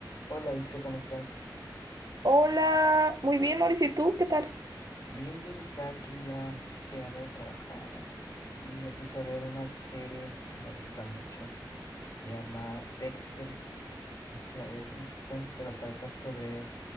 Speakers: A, on the left; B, on the right.
A: Hola Ilse, ¿cómo estás?
B: Hola, muy bien, Mauricio, ¿y tú qué tal?
A: Bien, bien, está aquí ya llegando de trabajar y me puse a ver una serie que me gusta mucho. Se llama Dexter, no sé si la hayas visto, pero trata sobre,